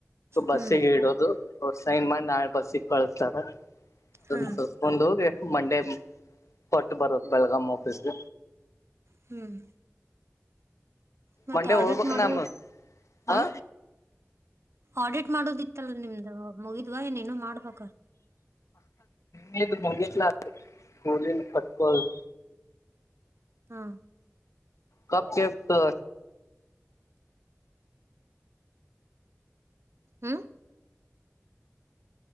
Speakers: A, on the left (about 70°); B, on the right (about 55°).
A: ಬಸ್ಸಿಗ
B: ಹ್ಞೂ
A: ಇಡೋದು. ಅವರ್ ಸೈನ್ ಮಾಡಿ ನಾಳೆ ಬಸ್ಸಿಗ ಕಳಸ್ತಾರ. ಅದಂತ್
B: ಹಾಂ
A: ಒಂದ ಹೋಗಿ. ಮಂಡೆ ಕೊಟ್ಟ ಬರದ ಬೆಳಗಮ್ ಆಫೀಸಗ.
B: ಹ್ಮ್ ಮತ್ತೆ
A: ಮಂಡೆ
B: ಆಡಿಟ್
A: ಹೋಗ್ಬೇಕ್
B: ಮಾಡು
A: ನಮ್
B: ಹಾ.
A: ಹ
B: ಆಡಿಟ್ ಮಾಡೋದಿತ್ತಲ್ಲ ನಿಮ್ದು ಮೂಗಿತ್ ನೀನು ಮಾಡ್ಬೇಕ.
A: ನಿಂದ ಮುಗಿತ್ಲ ಸ್ಕೂಲಿಂದ ಕಟ್ಟೋದು.
B: ಹಾ
A: ಕಪ್ ಕೇಕ್ಸ್
B: ಹ್ಮ